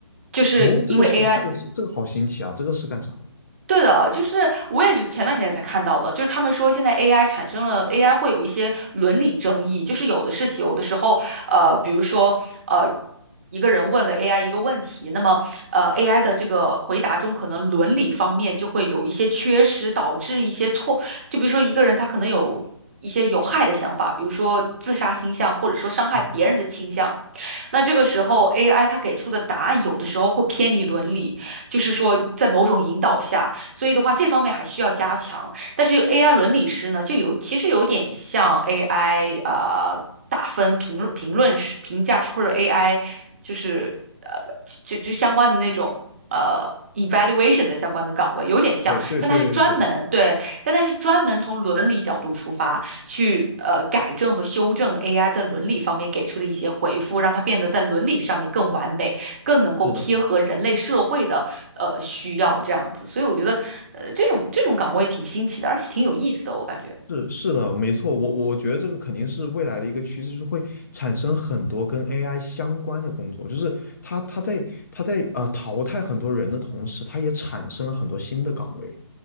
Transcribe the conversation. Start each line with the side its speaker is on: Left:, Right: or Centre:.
Right: 就是因为
Left: 哦，这个是这个是这个好新奇啊，
Right: AI
Left: 这个是干啥的？
Right: 对的，就是我也是前段时间才看到的，就是他们说现在 AI 产生了 AI 会有一些伦理争议，就是有的事情，有的时候，呃，比如说，呃，一个人问了 AI 一个问题，那么，呃，AI 的这个回答中可能伦理方面就会有一些缺失，导致一些错，就比如说一个人他可能有一些有害的想法，比如说自杀倾向，或者说伤害别人的倾向。
Left: 嗯，
Right: 那这个时候 AI 它给出的答案有的时候会偏离伦理，就是说在某种引导下，所以的话这方面还需要加强。但是 AI 伦理师呢，就有其实有点像 AI 呃打分评论评论师评价师或者 AI 就是呃就就相关的那种呃 evaluation 的相关的岗位有点像，
Left: 对对对对对。
Right: 但它是专门对，但它是专门从伦理角度出发。去呃改正和修正 AI 在伦理方面给出的一些回复，让它变得在伦理上面更完美，更能够贴合人类社会的呃需要这样子。
Left: 是的，
Right: 所以我觉得呃这种这种岗位挺新奇的，而且挺有意思的，我感觉。
Left: 是是的，没错，我我觉得这个肯定是未来的一个趋势，就是会产生很多跟 AI 相关的工作，就是它它在它在呃淘汰很多人的同时，它也产生了很多新的岗位，